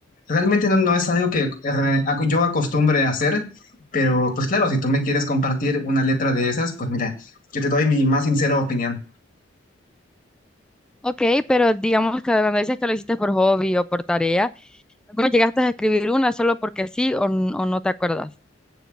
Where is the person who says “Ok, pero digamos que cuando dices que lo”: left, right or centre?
Centre